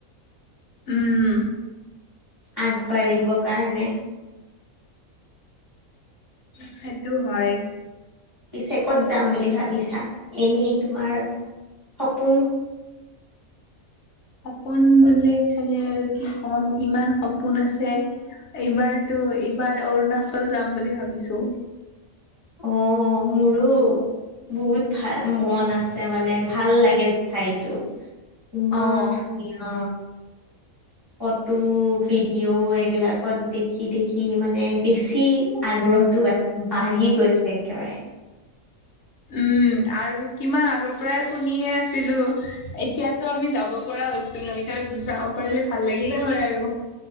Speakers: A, on the left; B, on the left.
A: উম।
B: আগবাঢ়িব কাৰণে
A: সেইটো হয়।
B: পিছে ক'ত যাম বুলি ভাবিছা এনেই তোমাৰ সপোন
A: সপোন বোলে খালে আৰু কি ক'ম ইমান সপোন আছে। এইবাৰটো, এইবাৰ অৰুণাচল যাম বুলি ভাবিছোঁ।
B: অহ মোৰো বহুত ভাল মন আছে মানে, ভাল লাগে ঠাইতো ইমান
A: অ'
B: ধুনীয়া ফটো ভিডিঅ' এইবিলাকত দেখি দেখি মানে, বেছি আগ্ৰহটো বাঢ়ি বাঢ়ি গৈছে একেবাৰে
A: উম'। আৰু কিমান আগৰ পৰাই শুনিহে আছিলোঁ। এতিয়াটো আমি যাব পৰা হৈছোঁ। ত এবাৰ যাব পাৰিলে ভাল লাগিলে হয় আৰু